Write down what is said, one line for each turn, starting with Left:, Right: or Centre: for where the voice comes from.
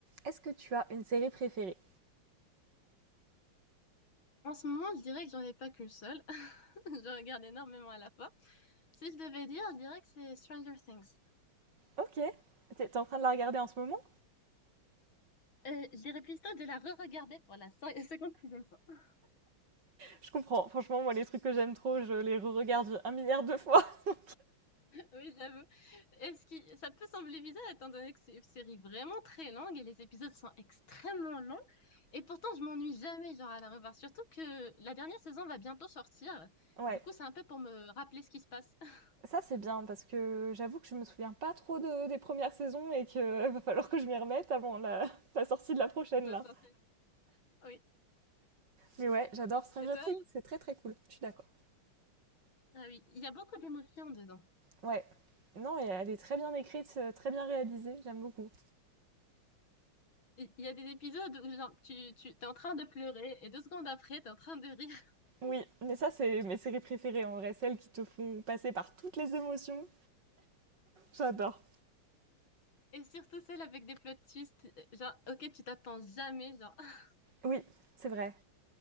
Right: Est-ce que tu as une série préférée
Left: En ce moment, je dirais que j'en ai pas qu'une seule. <laughs> Je regarde énormément à la fois. Si je devais dire, je dirais que c'est Stranger Things.
Right: Ok. T'es t'es en train de la regarder en ce moment
Left: Euh, je dirais plutôt de la re-regarder pour la cent- 56e fois. <laughs>
Right: Je comprends. Franchement, moi, les trucs que j'aime trop, je les re-regarde un milliard de fois. <laughs>
Left: Oui, j'avoue. Est-ce que ça peut sembler bizarre étant donné que c'est une série vraiment très longue et les épisodes sont extrêmement longs. Et pourtant, je m'ennuie jamais genre à la revoir. Surtout que la dernière saison va bientôt sortir.
Right: Ouais.
Left: Du coup, c'est un peu pour me rappeler ce qui se passe. <laughs>
Right: Ça, c'est bien parce que j'avoue que je me souviens pas trop de- des premières saisons et qu'il <laughs> va falloir que je m'y remette avant la, la sortie de la prochaine,
Left: La
Right: là.
Left: sortie. Oui.
Right: Mais ouais, j'adore Stranger
Left: Et toi?
Right: Things. C'est très, très cool. Je suis d'accord.
Left: Ah oui, il y a beaucoup d'émotions dedans.
Right: Ouais. Non, et elle est très bien écrite, euh, très bien réalisée, j'aime beaucoup.
Left: Il il y a des épisodes où genre, tu, tu t'es en train de pleurer et deux secondes après, t'es en train de rire. <laughs>
Right: Oui, mais ça, c'est mes séries préférées en vrai, celles qui te font passer par toutes les émotions. J'adore.
Left: Et surtout celle avec des plots twists, euh, genre, ok, tu t'attends jamais, genre. <laughs>
Right: Oui, c'est vrai.